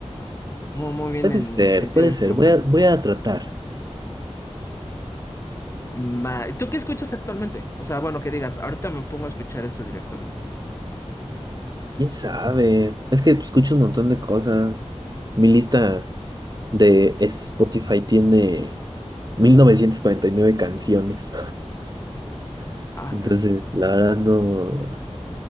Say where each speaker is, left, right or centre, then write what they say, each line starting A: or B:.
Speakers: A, on the left (about 25°); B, on the right (about 35°).
A: Muy, muy bien
B: Puede
A: en
B: ser,
A: el sentido
B: puede
A: de instrumentos.
B: ser. Voy a, voy a tratar.
A: Ma- ¿Tú qué escuchas actualmente? O sea, bueno, que digas, ahorita me pongo a escuchar esto directamente.
B: ¿Quién sabe? Es que escucho un montón de cosas. Mi lista de Spotify tiene 1949 canciones. <laughs>
A: Ala.
B: Entonces, la verdad no,